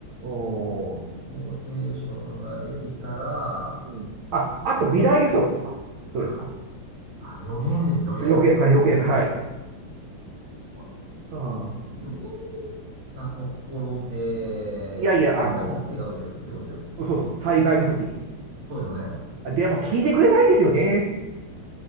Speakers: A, on the right; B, on the right.
A: う
B: ポーテーションができたら、
A: んうん。あ、あと未来予測とか。
B: どう、
A: どうですか
B: あ、あ、予言ですね、予言。
A: 予言、はい予言、はい。
B: それ。
A: うん。
B: 予言できたところで、
A: いやいや、
B: まあ、
A: あの、
B: 先に手が打てる、手を打てる。
A: そうそう、災害の時に。
B: そうですよね。
A: でも聞いてくれないんですよね。